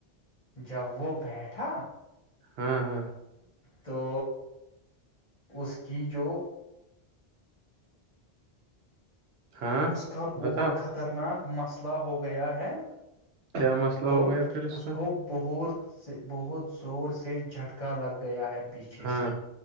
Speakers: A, on the left; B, on the right.
A: جب وہ بیٹھا
B: ہوں ہوں
A: تو اس کی جو
B: ہاں
A: اس کا بہت
B: بتاؤ
A: خطرناک مسئلہ ہو گیا ہے
B: کیا مسئلہ
A: تو
B: ہو گیا پھر
A: اس
B: کا
A: کو بہت سے بہت زور سے جھٹکا لگ گیا ہے پیچھے
B: ہاں
A: اچھے سے